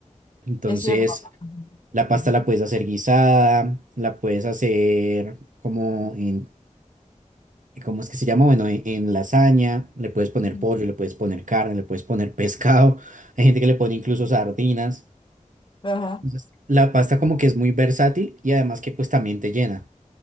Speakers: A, on the right; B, on the left.
A: Entonces,
B: Es cierto.
A: la pasta
B: Ujú,
A: la puedes hacer guisada, la puedes hacer como en, ¿cómo es que se llama? Bueno, en, en lasaña, le puedes poner
B: ujú.
A: pollo, le puedes poner carne, le puedes poner <laughs> pescado. Hay gente que le pone incluso sardinas.
B: Ajá.
A: Entonces, la pasta como que es muy versátil y además que pues también te llena.